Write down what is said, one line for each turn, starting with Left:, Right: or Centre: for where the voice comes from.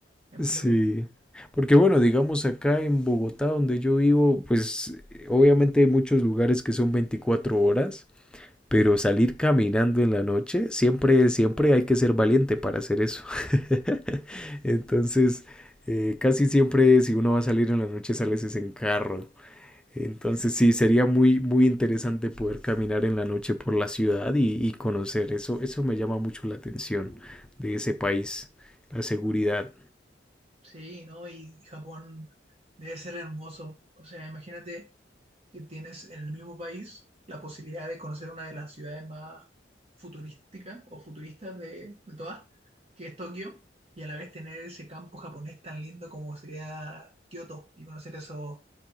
Right: Es muy
Centre: Sí,
Right: loco.
Centre: porque bueno, digamos acá en Bogotá, donde yo vivo, pues eh, obviamente hay muchos lugares que son 24 horas. Pero salir caminando en la noche, siempre, siempre hay que ser valiente para hacer eso. <laughs> Entonces, eh, casi siempre si uno va a salir en la noche, sales es en carro. Entonces, sí, sería muy, muy interesante poder caminar en la noche por la ciudad y, y conocer. Eso, eso me llama mucho la atención de ese país, la seguridad.
Right: Sí, ¿no? Y Japón debe ser hermoso. O sea, imagínate que tienes en el mismo país la posibilidad de conocer una de las ciudades más futurísticas o futuristas de, de todas, que es Tokio, y a la vez tener ese campo japonés tan lindo como sería Kioto y conocer esos